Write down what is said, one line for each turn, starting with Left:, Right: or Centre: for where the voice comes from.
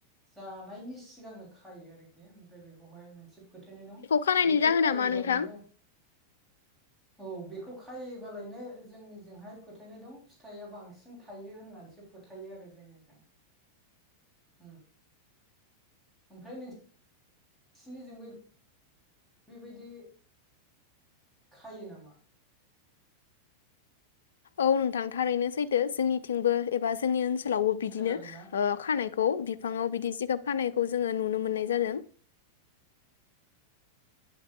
Centre: जानायनि सिगांनो खायो आरोखि ओमफ्राय बेखौहाय मोनसे फोथायनाय दं।
Left: खानायनि
Centre: बेखौ
Left: जाहोना
Centre: खायोबालायनो
Left: मा नोंथां?
Centre: औ बेखौ खायोबालायनो जोंनि जोंहाय फोथायनाय दं फिथाइआ बांसिन थायो होननानैसो फोथायो आरो जोंनिजों ओम। ओमफ्राय नों सिनिजोंबो बेबायदि खायो नामा?
Left: औ नोंथां थारैनो सैथो जोंनिथिंबो एबा जोंनि ओनसो लावबो बिदिनो
Centre: खोनादोंना
Left: ओ खानाय खौ बिफाङाव बिदि जिगाब खानायखौ जोङो नुनो मोननाय जादों।